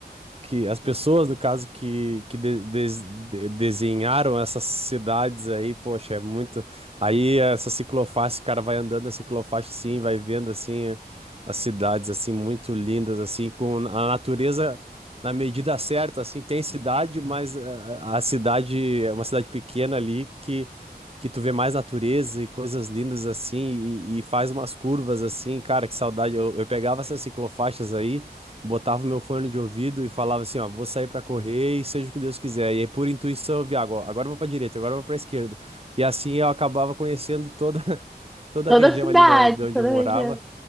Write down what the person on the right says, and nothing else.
que as pessoas, no caso, que, que de- des- de- desenharam essas cidades aí, poxa, é muito. Aí essa ciclofaixa, o cara vai andando na ciclofaixa assim, vai vendo assim eh, as cidades assim muito lindas assim, com a natureza na medida certa, assim, tem cidade, mas eh, a, a cidade é uma cidade pequena ali que que tu vê mais natureza e coisas lindas assim e, e faz umas curvas assim, cara, que saudade. Eu, eu pegava essas ciclofaixas aí botava meu fone de ouvido e falava assim, ó, vou sair pra correr e seja o que Deus quiser. E aí, por intuição, eu via, agora, agora eu vou pra direita, agora eu vou pra esquerda. E assim eu acabava conhecendo toda, <laughs> toda
a região
ali da onde, de onde
eu morava,